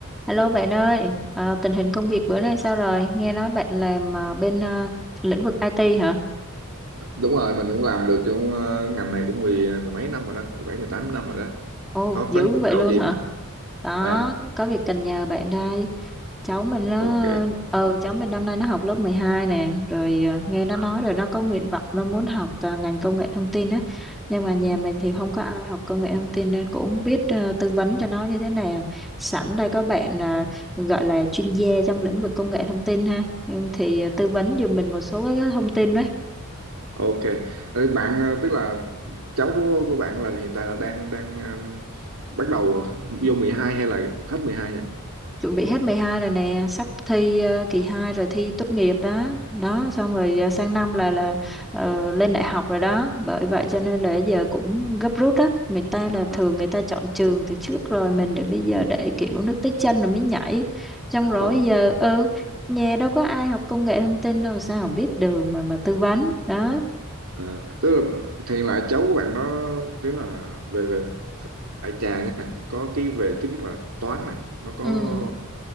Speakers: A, in the centre; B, on the right.
A: Alo bạn ơi, ờ, tình hình công việc bữa nay sao rồi? Nghe nói bạn làm ờ, bên ờ, lĩnh vực IT hả?
B: đúng rồi mình cũng làm được trong ờ, ngành này cũng mười ờ, mười mấy năm rồi đó mười bảy mười tám năm rồi đó
A: Ồ,
B: có
A: dữ
B: có nhu
A: vậy
B: cầu
A: luôn
B: gì
A: hả?
B: không?
A: Đó,
B: Ờ,
A: có việc cần nhờ bạn đây. Cháu mình nó
B: ok
A: ờ cháu mình năm nay nó học lớp 12 nè, rồi ờ, nghe nó
B: à,
A: nói rồi nó có nguyện vọng nó muốn học ờ, ngành công nghệ thông tin á. Nhưng mà nhà
B: Ừ.
A: mình thì không có ai học công nghệ thông tin nên cũng không biết ờ, tư vấn cho nó như thế nào. Sẵn đây có bạn ờ, gọi là chuyên gia trong lĩnh vực công nghệ thông tin ha. Nhưng thì ờ, tư vấn giùm mình một số cái thông tin đó
B: ok Thế bạn ờ, tức là cháu của của bạn là hiện tại là đang đang ừm, bắt đầu vô 12 hay là hết 12 nhỉ
A: chuẩn bị hết 12 rồi nè sắp thi ờ, kỳ 2 rồi thi tốt nghiệp đó đó xong rồi ờ, sang năm là là ờ, lên đại học rồi đó bởi vậy cho nên là giờ cũng gấp rút á người ta là
B: À,
A: thường người ta chọn trường từ trước rồi mình để bây giờ để kiểu nước tới chân rồi mới nhảy xong
B: ờ,
A: rồi giờ ừ nhà đâu có ai học công nghệ thông tin đâu sao biết đường mà mà tư vấn đó
B: ờ. tức là thì hiện lại cháu của bạn nó tức là về về đại trà nha có cái về thứ nhất là toán này nó có
A: ừ